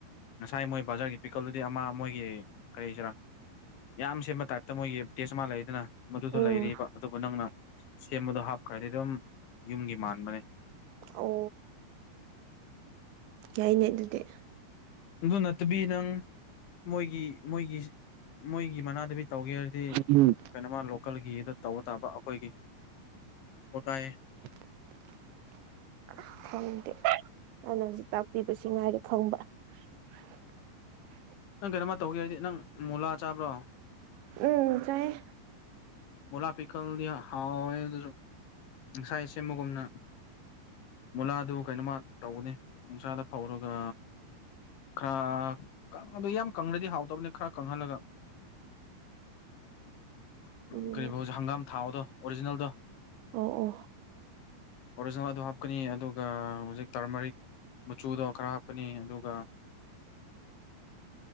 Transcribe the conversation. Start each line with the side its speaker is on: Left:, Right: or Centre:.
Left: ꯉꯁꯥꯏ ꯃꯣꯏ ꯕꯖꯥꯔꯒꯤ ꯄꯤꯀꯜꯗꯨꯗꯤ ꯑꯃ ꯃꯣꯏꯒꯤ ꯀꯔꯤꯁꯤꯔꯥ ꯌꯥꯝ ꯁꯦꯝꯕ ꯇꯥꯏꯞꯇ ꯃꯣꯏꯒꯤ ꯇꯦꯁ ꯑꯃ ꯂꯩꯗꯅ ꯃꯗꯨꯗꯣ
Right: ꯎꯝ
Left: ꯂꯩꯔꯤꯕ ꯑꯗꯨꯒ ꯅꯪꯅ ꯁꯦꯝꯕꯗꯣ ꯍꯥꯞꯈ꯭ꯔꯗꯤ ꯑꯗꯨꯝ ꯌꯨꯝꯒꯤ ꯃꯥꯟꯕꯅꯦ
Right: ꯑꯣ ꯌꯥꯩꯅꯦ ꯑꯗꯨꯗꯤ
Left: ꯑꯗꯨ ꯅꯠꯇꯕꯤ ꯅꯪ ꯃꯣꯏꯒꯤ ꯃꯣꯏꯒꯤ ꯃꯣꯏꯒꯤ ꯃꯅꯥꯗꯕꯤ ꯇꯧꯒꯦ ꯍꯥꯏꯔꯗꯤ
Right: ꯎꯝ
Left: ꯀꯩꯅꯣꯃ ꯂꯣꯀꯦꯜꯒꯤꯗ ꯇꯧꯕ ꯇꯥꯕ ꯑꯩꯈꯣꯏꯒꯤꯀꯣ ꯇꯥꯏ
Right: <unintelligible> ꯈꯪꯗꯦ ꯑꯗꯨꯅ ꯍꯧꯖꯤꯛ ꯇꯥꯛꯄꯤꯕꯕꯁꯤ ꯉꯥꯏꯔꯦ ꯈꯪꯕ <unintelligible>
Left: ꯅꯪ ꯀꯩꯅꯝꯃ ꯇꯧꯒꯦ ꯍꯥꯏꯗꯤ ꯅꯪ ꯃꯨꯂꯥ ꯆꯥꯕ꯭ꯔꯣ
Right: ꯎꯝ ꯆꯦ
Left: ꯑꯣꯂꯥ ꯄꯤꯀꯜꯗꯤ ꯍꯥꯎꯋꯦ ꯑꯗꯨꯁꯨ ꯉꯁꯥꯏ ꯁꯦꯝꯕꯒꯨꯝꯅ ꯃꯨꯂꯥꯗꯨ ꯀꯩꯅꯣꯃ ꯇꯧꯒꯅꯤ ꯅꯨꯡꯁꯥꯗ ꯐꯧꯔꯒ ꯈꯔ ꯑꯗꯨ ꯌꯥꯝ ꯀꯪꯅꯗꯤ ꯍꯥꯎꯗꯕꯅꯤ ꯈꯔ ꯀꯪꯍꯜꯂꯒ
Right: ꯎꯝ
Left: ꯀꯔꯤ ꯐꯥꯎꯁꯦ ꯍꯪꯒꯥꯝ ꯊꯥꯗꯣ ꯑꯣꯔꯤꯖꯤꯅꯦꯜꯗ
Right: ꯑ ꯑꯣ
Left: ꯑꯣꯔꯤꯖꯤꯅꯦꯜ ꯑꯗꯨ ꯍꯥꯞꯀꯅꯤ ꯑꯗꯨꯒ ꯍꯧꯖꯤꯛ ꯇꯔꯃꯔꯤꯛ ꯃꯆꯨꯗꯣ ꯈꯔ ꯀꯄꯅꯤ ꯑꯗꯨꯒ